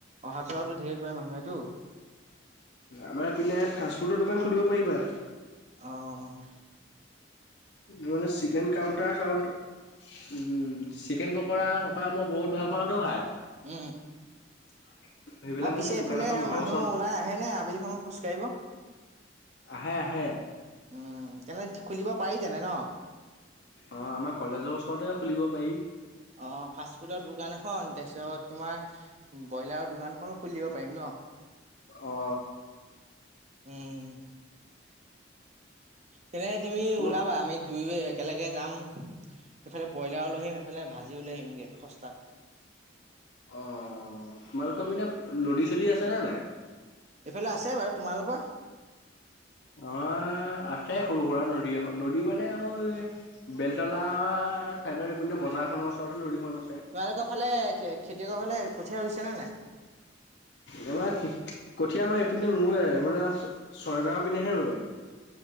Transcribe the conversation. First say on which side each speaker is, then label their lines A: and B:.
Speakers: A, on the right; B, on the left.
A: অহা যোৱাটো ঢেৰ কৰে মানুহেতো।
B: আমাৰপিনে ফাষ্টফুডৰ দোকান খুলিব পাৰিবা।
A: অহ।
B: উম চিকেন কাউনটাৰ চাওনটা উম চিকেন পকৰা চকৰা মই বহুত ভাল পাওঁতো খাই।
A: উম।
B: <unintelligible>
A: আৰু পিছে
B: মানে দোকান
A: এইফালে
B: এখন ঘৰৰ
A: মানুহ
B: ওচৰত
A: ওলাই আহে নে আবেলি সময় খোজকাঢ়িব?
B: আহে আহে।
A: উম তেনে খুলিব পাৰি তেনে ন?
B: অ আমাৰ কলেজৰ ওচৰতে খুলিব পাৰি।
A: অ ফাষ্ট ফুডৰ দোকান এখন, তাৰপিছত তোমাৰ ব্ৰইলাৰ দোকানখনো খুলিব দিব পাৰিম ন।
B: অ।
A: উম। তেনে তুমি
B: তোমাক
A: ওলাবা আমি দুই একেলগে যাম। এইফালে ব্ৰইলাৰ লৈ আহিম এইফালে ভাজি লৈ আহিমগে সস্তাত
B: অ তোমালোকৰ মানে নদী চদী আছেনে নাই
A: এফালে আছে বাৰু তোমালোকৰ
B: অ আছে সৰু সুৰা নদী এখন নদী মানে আৰু বেলতলা চাইডতপিনে বজাৰ খনৰ ওৰতে নদী খন
A: তোমালোকৰ ফালে খেতিয়কৰ ফালে কঠীয়া হৈছে নে নাই
B: জমা আছি কঠীয়া আমাৰ ইপিনে নৰুৱে মানে ছয়গাঁওৰ পিনেহে ৰুৱে